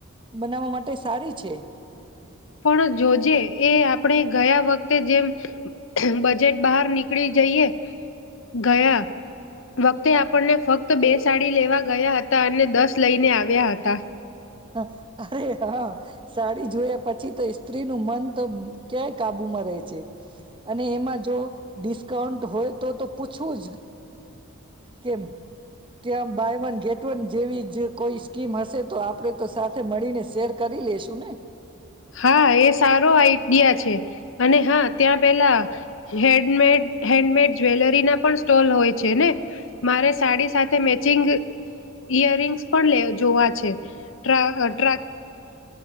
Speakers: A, on the right (about 25°); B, on the left (about 60°).
A: બનાવવા માટે સારી છે.
B: પણ જો જે એ આપણે ગયા વખતે જેમ બજેટ બહાર નીકળી જઈએ. ગયા, વખતે આપણને ફક્ત બે સાડી લેવા ગયા હતા. અને દસ લઈને આવ્યા હતા.
A: હ અરે હા સાડી જોયા પછી તો સ્ત્રી નું મન તો ક્યાય કાબુમાં રહે છે? અને એમાં જો ડિસ્કાઉન્ટ હોય તો તો પૂછવું જ કેમ? ત્યોં બાય વન ગેટ વન જેવી જ જે કોઈ સ્કીમ હશે તો આપણે તો સાથે મળીને શેર કરી લેશુ ને
B: હા એ સારો આઈડિયા છે. અને હા ત્યાં પેલા હેન્ડમેડ હેન્ડમેડ જ્વેલરીના પણ સ્ટોલ હોય છે ને. મારે સાડી સાથે મેચિંગ ઈયરિંગ્સ પણ લે જોવા છે ટ્રાય અ ટ્રા